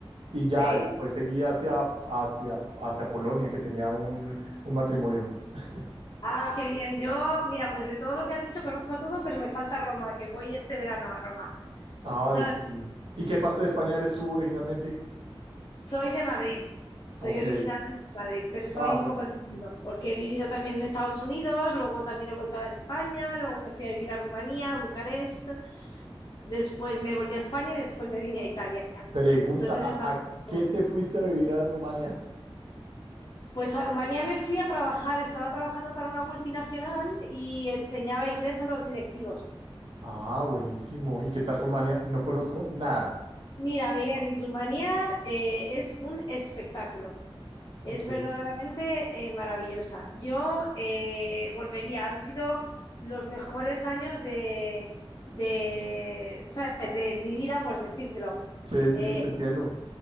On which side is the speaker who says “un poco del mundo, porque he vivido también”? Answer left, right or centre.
Left